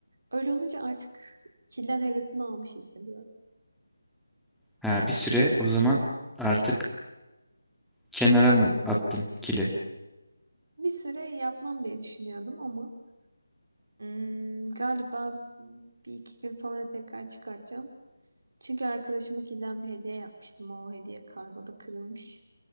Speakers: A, on the right; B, in the centre.
A: Öyle olunca artık kilden hevesimi almış hissediyorum.
B: Ha, bir süre o zaman artık kenara mı attın kili?
A: Bir süre yapmam diye düşünüyordum ama Hmm, galiba bir iki gün sonra tekrar çıkartacağım. Çünkü arkadaşıma kilden bir hediye yapmıştım. O hediye kargoda kırılmış.